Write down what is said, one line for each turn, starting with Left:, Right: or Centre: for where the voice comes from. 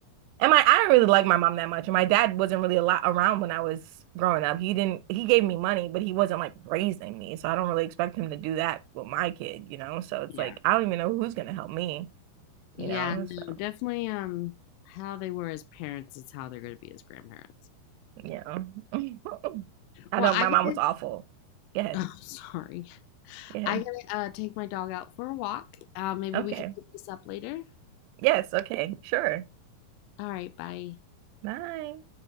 Right: and my, I don't really like my mom that much. And my dad wasn't really a lot around when I was growing up. He didn't, he gave me money, but he wasn't like raising me. So I don't really expect him to do that with my kid, you know? So it's
Left: Yeah.
Right: like, I don't even know who's going to help me,
Left: Yeah,
Right: you know?
Left: no,
Right: So,
Left: definitely um how they were as parents is how they're going to be as grandparents.
Right: you know, <laughs> I
Left: Well,
Right: don't,
Left: I
Right: my
Left: gotta,
Right: mom was awful. Go
Left: <laughs>
Right: ahead.
Left: oh, sorry.
Right: Go ahead.
Left: I gotta uh, take my dog out for a walk. Uh, maybe
Right: Okay.
Left: we can pick this up later.
Right: Yes. Okay. Sure.
Left: All right, bye.
Right: Bye.